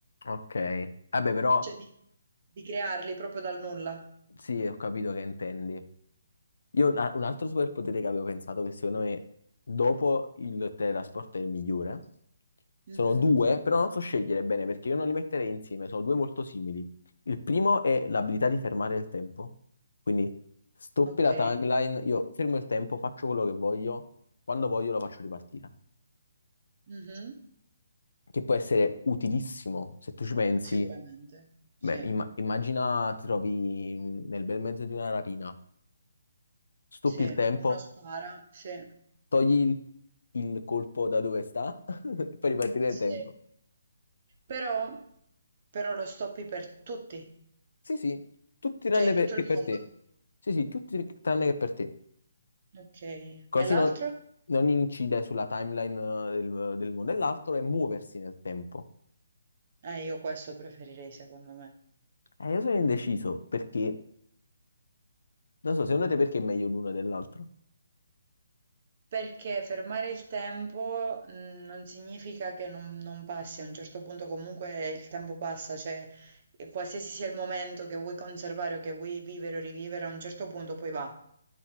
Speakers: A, on the left; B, on the right.
A: Ok. Vabbè, però
B: cioè di, di crearli proprio dal nulla.
A: sì, ho capito che intendi. Io la- un altro superpotere che avevo pensato, che secondo me dopo il teletrasporto è il migliore,
B: Mhm,
A: sono due, però non so scegliere bene perché io non li metterei insieme, sono due molto simili. Il primo è l'abilità di fermare il tempo, quindi stoppi
B: Ok,
A: la timeline, io fermo il tempo, faccio quello che voglio, quando voglio lo faccio ripartire,
B: Mhm,
A: che può essere utilissimo se tu ci pensi.
B: Sicuramente, sì,
A: Beh, imma- immagina ti trovi in- nel bel mezzo di una rapina, stoppi
B: sì,
A: il tempo,
B: uno spara, sì,
A: togli il, il colpo da dove sta <laughs> e fai ripartire
B: sì.
A: il tempo.
B: Però, però lo stoppi per tutti.
A: Sì, sì, tutti tranne
B: Cioè in
A: per-
B: tutto
A: che
B: il
A: per
B: mondo.
A: te. Sì, sì, tutti tranne che per te.
B: Ok. E
A: Così
B: l'altro?
A: non, non incide sulla timeline eh, del, del mondo. E l'altro è muoversi nel tempo.
B: Eh, io questo preferirei secondo me.
A: Eh, io sono indeciso perché, non so, secondo te perché è meglio l'uno dell'altro?
B: Perché fermare il tempo mh, non significa che non, non passi, a un certo punto comunque il tempo passa, cioè e qualsiasi sia il momento che vuoi conservare o che vuoi vivere o rivivere, a un certo punto poi va.